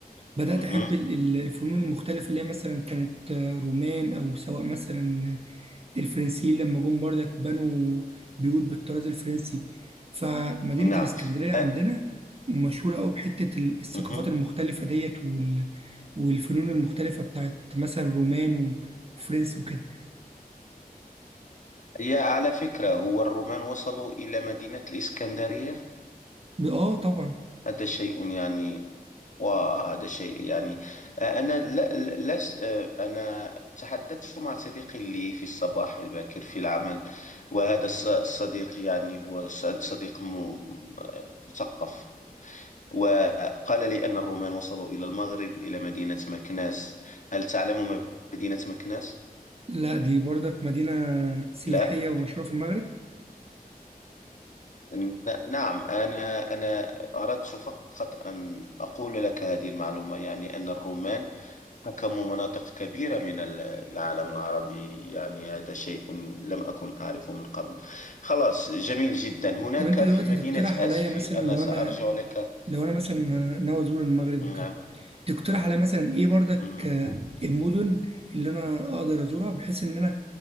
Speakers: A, on the right; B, on the left.
A: بدأت
B: مهم.
A: أحب ال- ال- الفنون المختلفة اللي هي مثلا كانت آه، رومان أو سواء مثلا الفرنسيين لما جم برضك بنوا بيوت بالطراز الفرنسي فمدينة
B: نعم
A: الإسكندرية عندنا
B: أ-
A: مشهورة أوي بحتة ال- الثقافات
B: مهم.
A: المختلفة ديت وال... والفنون المختلفة بتاعت مثلا رومان و- وفرنسي وكده
B: يا على فكرة هو الرومان وصلوا إلى مدينة الإسكندرية
A: آه طبعا
B: هذا شيء يعني وهذا شيء يعني آه، أنا لا لا- لس آه، أنا تحدثت مع صديقي لي في الصباح الباكر في العمل وهذا الص- الصديق يعني هو ص- صديق م- مثقف وقال لي أن الرومان وصلوا إلى المغرب إلى مدينة مكناس هل تعلم م- مدينة مكناس؟
A: لا دي برضك مدينة سياحية
B: لا
A: ومشهورة في المغرب
B: ن- نعم أنا أنا أردت فقط أن أقول لك هذه المعلومة يعني أن الرومان حكموا مناطق كبيرة من ال- العالم العربي يعني هذا شيء لم أكن أعرفه من قبل خلاص جميل جدا هناك
A: طب أنت دلوقتي
B: في مدينة
A: تقترح
B: أسفي
A: عليا مثلا
B: أنا
A: لو
B: سأرجع
A: أنا
B: لك
A: لو أنا مثلا ناوي أزور المغرب
B: نعم
A: وكده تقترح على مثلا ايه برضك
B: مهم.
A: آه، المدن اللي انا اقدر ازورها بحيث ان انا